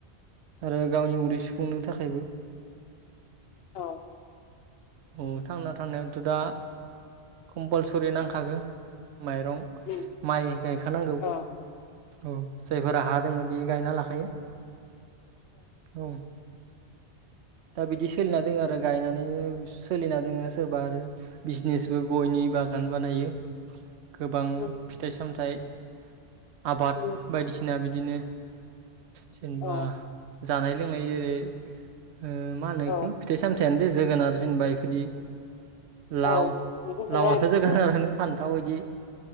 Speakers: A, on the right (about 80°); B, on the left (about 65°).
A: आरो गावनि उदै सुफुंनो थाखायबो।
B: औ
A: औ थांना थानायावथ' दा कम्पालसरि नांखागो। माइरं
B: उम
A: माइ गायखानांगौ
B: औ
A: औ जायफोरा हा दङ। बे गायना लाखायो औ। दा बिदि सोलिना दोङ आरो गायनानैनो सोलिना दोङो सोरबा आरो बिजनेसबो गयनि बागान बानायो गोबां
B: उम
A: फिथाइ सामथाइ। आबाद
B: उम
A: बायदिसिना बिदिनो जेनेबा।
B: औ
A: जानाय लोंनाय जेरै ओ मा होनो बेखौ
B: औ
A: फिथाइ सामथायानो। जोगोनार जेनबा बेफोरदि
B: औ
A: लाव
B: मैगं थाइगं
A: लावआसो जोगोनारानो
B: औ
A: फान। गोथाव बिदि